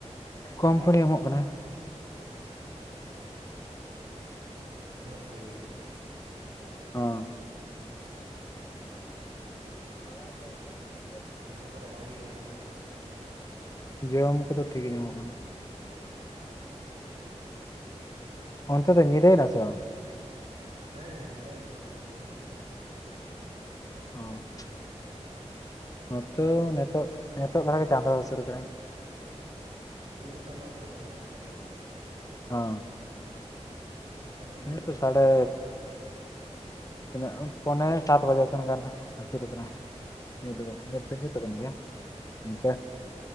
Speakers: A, on the left (about 30°); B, on the right (about 60°).
A: ᱠᱚᱢᱯᱟᱱᱤ ᱮᱢᱚᱜ ᱠᱟᱱᱟᱭ᱾
B: ᱢᱮᱥ ᱨᱮᱜᱮ,
A: ᱚ
B: <inaudible>
A: <inaudible>
B: ᱡᱚᱢ ᱠᱚ ᱫᱚ ᱵᱷᱟᱜᱮ ᱜᱮ ᱧᱟᱢᱚᱜ ᱠᱟᱱᱟ ᱥᱮ?
A: ᱡᱚᱢ ᱠᱚᱫᱚ ᱴᱷᱤᱠ ᱜᱮ ᱧᱟᱢᱚᱜ ᱠᱟᱱᱟ
B: ᱟᱪᱪᱷᱟ ᱴᱷᱤᱠ
A: ᱚᱱ ᱛᱮ ᱫᱚ ᱧᱤᱫᱟᱹᱭ ᱱᱟᱥᱮ ᱵᱟᱝ?
B: ᱦᱮᱸ, ᱧᱤᱫᱟᱹ ᱜᱤᱭᱟᱹ᱾ ᱟᱹᱭᱩᱵᱽ ᱱᱟᱛᱚ
A: ᱚ, ᱱᱚᱛᱮ ᱦᱚᱸ ᱱᱮᱛᱚᱜ ᱱᱮᱛᱚᱜ ᱞᱟᱦᱟᱸ ᱜᱮ ᱪᱟᱸᱫᱳ ᱦᱟᱹᱥᱩᱨ ᱠᱟᱱᱟᱭ᱾
B: ᱱᱤᱛ ᱪᱟᱸᱫᱳ ᱦᱟᱹᱥᱩᱨᱚᱜ ᱠᱟᱱᱟᱭ ᱚᱱᱛᱮ?
A: ᱦᱚᱸ,
B: ᱱᱚᱛᱮ ᱢᱟ ᱧᱩᱛᱮᱱ
A: ᱱᱤᱛ ᱫᱚ ᱥᱟᱰᱮ ᱛᱤᱱᱟᱹᱜ ᱯᱚᱱᱮ ᱥᱟᱛ ᱵᱟᱡᱮ ᱥᱮᱱ ᱜᱟᱱ ᱦᱟᱹᱥᱩᱨ ᱠᱟᱱᱟᱭ᱾ ᱧᱩᱛ ᱜᱚᱫ ᱧᱩᱛ ᱫᱚ ᱧᱩᱛ ᱠᱟᱱ ᱜᱮᱭᱟ ᱮᱱᱛᱮ